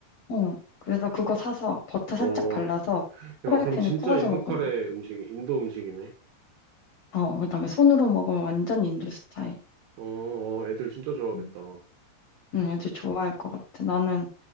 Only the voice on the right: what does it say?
어,
야, 그럼 진짜
인도
카레 음식이, 인도 음식이네.
어, 어, 애들 진짜 좋아하겠다.